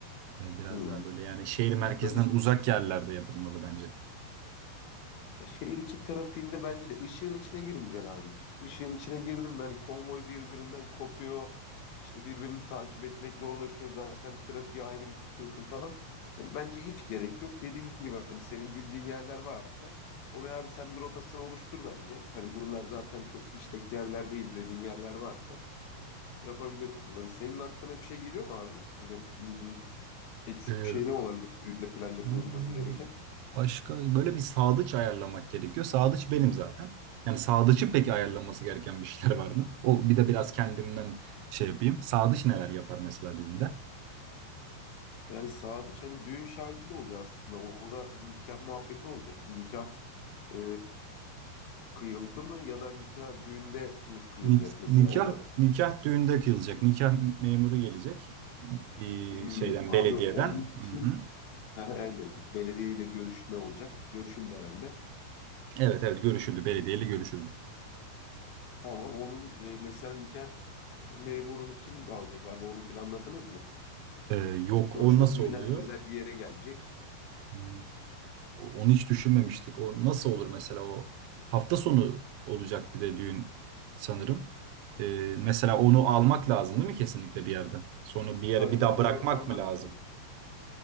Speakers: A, on the right (about 80°); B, on the left (about 60°).
A: Ee, biraz
B: Hmm.
A: daha böyle yani şehir merkezinden
B: Ya böyle
A: uzak yerlerde yapılmalı bence.
B: Ya şehir içi trafiğinde bence de ışığın içine girmeyeceksin abi hiç. Işığın içine girdim mi hani konvoy birbirinden kopuyor. İşte birbirini takip etmek zorlaşıyor zaten. Trafiğe ayrı bir tıkıyorsun falan. Hani bence hiç gerek yok. Dediğin gibi hani senin bildiğin yerler varsa oraya abi sen bir rotasını oluştur bence. Hani buralar zaten çok işteki yerler değil dediğin yerler varsa yapabilirsin. Böyle senin aklına bir şey geliyor mu abi? Yani hmm, eksik
A: Ee,
B: bir şey ne olabilir? Düğünde plan yapılması
A: vallahi
B: gereken.
A: başka böyle bir sağdıç ayarlamak gerekiyor. Sağdıç benim zaten. Yani sağdıçın peki ayarlanması gereken bir şeyler var mı? O bir de biraz kendimden şey yapayım. Sağdıç neler yapar mesela düğünde?
B: Yani sadıç hani düğün şahidi de oluyor aslında. O da hani nikah muhabbeti olacak. Şimdi nikah e, kıyıldı mı ya da nikah düğünde mi kıyılacak
A: Nik-
B: mesela
A: nikah
B: o da önemli.
A: nikah düğünde kıyılacak. Nikah memuru gelecek. Ee,
B: Hmm,
A: şeyden
B: abi
A: belediyeden.
B: onun için
A: Hı hı.
B: <laughs> Ha, aynen belediyeyle görüşme olacak. Görüşüldü herhalde.
A: Evet evet görüşüldü. Belediyeyle görüşüldü.
B: Tamam onun e, mesela nikah memurunu kim alacak abi onu planladınız mı?
A: Ee, yok
B: Sonuçta
A: o nasıl
B: düğün
A: oluyor?
B: hani özel bir yere gelecek.
A: Hmm, o- Onu hiç düşünmemiştik. O nasıl olur mesela o hafta sonu olacak bir de düğün sanırım. Ee, mesela onu almak lazım değil mi kesinlikle bir yerden? Sonra bir yere
B: Tabii
A: bir
B: canım
A: daha bırakmak
B: onu almak
A: mı lazım?
B: lazım.